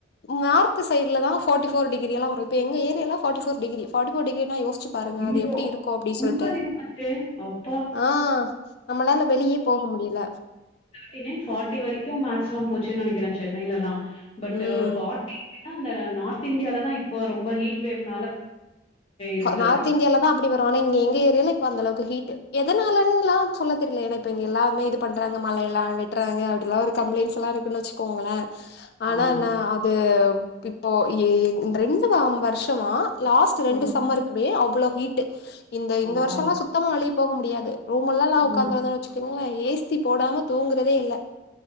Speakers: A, on the left (about 55°); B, on the left (about 30°).
A: நார்த் சைட்ல தா ஃபார்டி ஃபோர் டிகிரியெல்லா வரு இப்ப எங்க ஏரியால forty four degree forty four டிகிரினா யோஸ் சிச்சி பாருங்க
B: ஐயோ!
A: அது எப்டி இருக்கு அப்டி
B: ரொம்ப
A: சொல்ட்டு
B: அதிகமாச்சே! அப்பா!
A: ஆ நம்மளால வெளிய் போ க முடியில
B: தேர்டிநைன் ஃபார்ட்டி வரைக்கு மேக்சிம போச் சு நெனைக்கிறே சென்னையிலா எல்லா பட்
A: ம்
B: ஃபார்டிநைன்னா அந்தர நார்த் இந்தியால தா இப் போ ரொம்ப ஹீட் வேவ்னால இருக்கு.
A: ஹா நார்த் இன்டியால தா அப்டி வரு ஆனா இங்க எங்க ஏரியால இப்ப அந்தளவுக்கு ஹீட்டு எதனாலன்ல்லா சொல்ல தெர்ல என இப்ப இங்க எல்லாமே இது பண்றாங்க மலையெல்லா வெட்றாங்க அப்டிலா ஒரு கம்ப்ளைண்ட் எல் லா இருக்குன்னு வச்சுக்கோங்களே ஆனா
B: ஆமா.
A: இன்ன அது இப்போ இ இ ரெண்டு வ வர்ஷமா லாஸ்ட் ரெண்டு
B: ம்.
A: மே அவ்ளோ ஹீட்டு இந்த இந்த
B: அப்பா!
A: வர்ஷோலா சுத்தமா வெளியே போக முடியாது ரூமெல்லா
B: ம்.
A: உக்காந்து இருந்தோன் வச்சுக்கோங்களே ஏ சி போடாம தூங்குரதே இல்ல